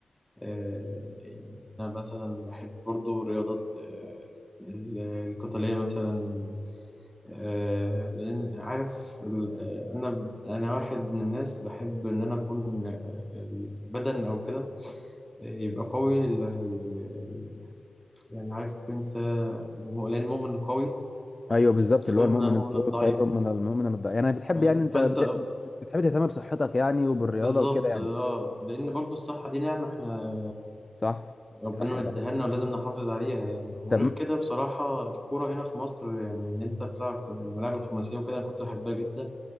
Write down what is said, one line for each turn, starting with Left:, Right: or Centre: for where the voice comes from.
Centre: آه، يعني أنا مثلا بحب برضه رياضات آه، القتالية مثلا آه، لأن عارف ال- آه، أنا أنا واحد من الناس بحب إن أنا أكون آه، البدن أو كده آه، يبقى قوي ال- ال- يعني عارف أنت الم- لأن المؤمن القوي
Left: ايوه بالظبط اللي
Centre: خير
Left: هو المؤمن
Centre: من المؤمن
Left: القوي
Centre: الضعيف
Left: خير من المؤمن الضعيف يعني بتحب
Centre: فاهم
Left: يعني انت
Centre: فأنت
Left: بت- بتحب تهتم بصحتك يعني وبالرياضه
Centre: بالظبط
Left: وكده يعني
Centre: اه لأن برضو الصحة دي نعمة احنا
Left: صح
Centre: ربنا
Left: صح ده
Centre: مديها
Left: حقيقي
Centre: لنا ولازم نحافظ عليها يعني وغير
Left: طب
Centre: كده بصراحة الكورة هنا في مصر يعني إن أنت تلعب الملاعب الخماسية وكده أنا كنت بحبها جدا